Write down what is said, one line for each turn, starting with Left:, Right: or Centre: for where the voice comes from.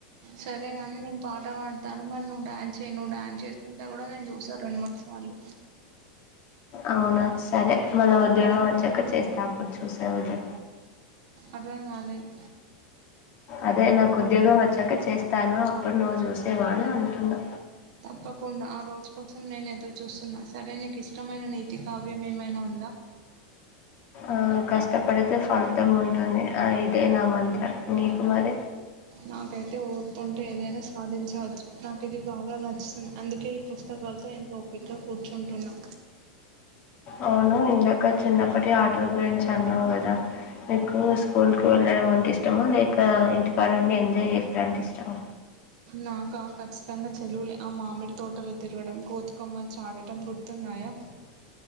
Right: సరేగాని నేను పాఠ పాడతాను మరి నువ్ డాన్స్ సేను్ డాన్స్ చేసుకుంటే కూడా నేను చూసను రెండు మూడు సార్లు
Left: అవునా సరే మనం ఉద్యోగం వచ్చాక చేస్తా అప్పుడు చూసేవుదే
Right: అర్థం కాలేదు
Left: అదే నాకు ఉద్యోగం వచ్చాక చేస్తాను అప్పుడు నువ్వు చూసేవాని అంటున్నా
Right: తప్పకుండా ఆ రోజు కోసం నేను ఎదురు చూస్తున్నా సరే నీకు ఇష్టమైన నీతి కావ్యం ఏమైనా ఉ దా
Left: ఆ కష్టపడితే ఫలితం ఉంటుంది ఆ ఇదే నా మంత నీకు మరి
Right: నాకైతే ఊర్కుంటే ఏదైనా సాధించవచ్చు నాకు ఇది బాగా నచ్చుం అందుకే ఈ పుస్తకాలతో ఎంత ఓపిక్గా కూర్చుంటున్నా
Left: అవును ఇందాక చిన్నప్పటి ఆటల గురించి అన్నావు కదా మీకు స్కూల్కి వెళ్ళడం అంటే ఇష్టము లేక ఇంటి కాడండి ఎంజాయ్ చేసడం అంటే ఇష్టము
Right: నాకా ఖచ్చితంగా చెలువులు ఆ మామిడి తోటలో తిరగడం కోతుకమ్మ చ ఆడటం గుర్తు నాగాయక్